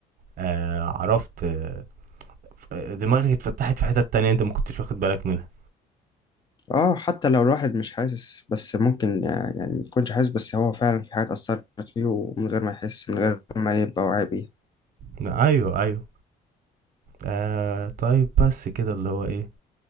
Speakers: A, on the right; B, on the left.
A: آه عرفت آه ف- دماغك اتفتحت في حتت تانية انت ما كنتش واخد بالك منها
B: اه حتى لو الواحد مش حاسس بس ممكن يع- يعني ما يكونش حاسس بس هو فعلا في حاجات أثرت فيه ومن غير ما يحس من غير ما يبقى واعي بيها
A: لا، ايوه ايوه آه طيب بس كده اللي هو ايه